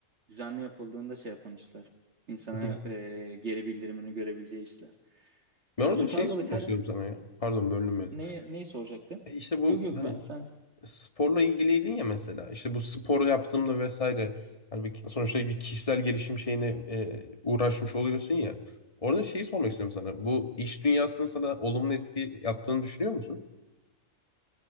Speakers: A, on the right; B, on the left.
A: düzenli yapıldığında şey yapan işler. İnsana
B: Hı hı.
A: e, geri bildirimini görebileceği işler.
B: Ben
A: Ya
B: orada
A: tutarlılık
B: bir şey sormak
A: her
B: istiyorum sana ya. Pardon bölünmez.
A: neyi, neyi soracaktın?
B: E işte bu
A: Yok yok
B: hani
A: ben sen
B: sporla ilgiliydin ya mesela işte bu spor yaptığımda vesaire hani bir, sonuçta bir kişisel gelişim şeyine e, uğraşmış oluyorsun ya. Orada şeyi sormak istiyorum sana. Bu iş dünyasında sana olumlu etki yaptığını düşünüyor musun?